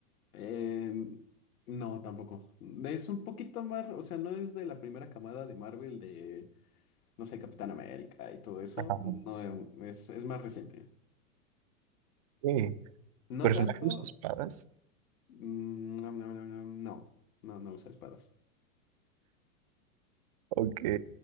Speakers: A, on the left; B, on the right.
A: Eh, no, tampoco. Es un poquito más, o sea, no es de la primera camada de Marvel de, no sé, Capitán América y todo eso.
B: Ajá.
A: No, es, es más reciente.
B: ok.
A: No
B: Personaje
A: tanto.
B: usa espadas.
A: mm, No, no, no, no, no, no no usa espadas.
B: Ok.